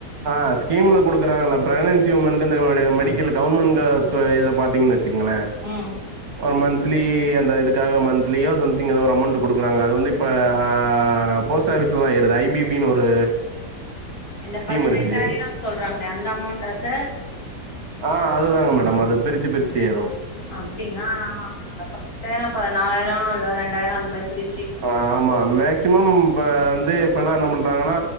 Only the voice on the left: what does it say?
ம்
இந்த
பதினெட்டாயிரம்னு
சொல்றாங்களே அந்த அமௌண்ட்டா சார்
அப்டிங்களா ஆமா ஆமா பதினெட்டாயிர இப்ப நாலாயிரம் இல்ல ரெண்டாயிர அந்த மாரி பிரி